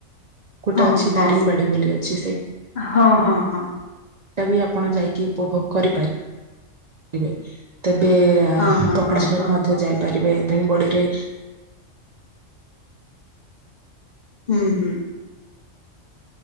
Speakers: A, on the right (about 80°); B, on the left (about 45°).
A: ଗୋଟ
B: ହଁ
A: ଅଛି
B: ହଁ
A: ଦାରିଙ୍ଗବାଡ଼ି ବୋଲି ଅଛି। ସେ
B: ହଁ ହଁ ହଁ
A: ଟା ବି ଆପଣ ଯାଇକି ଉପଭୋଗ କରିପାରିବେ। ତେବେ <unintelligible>
B: ହଁ ହଁ ହଁ ହଁ
A: ମଧ୍ୟ
B: ହଁ
A: ଯାଇପାରିବେ। ଦାରିଙ୍ଗବାଡ଼ି ରେ
B: ହୁଁ ହୁଁ।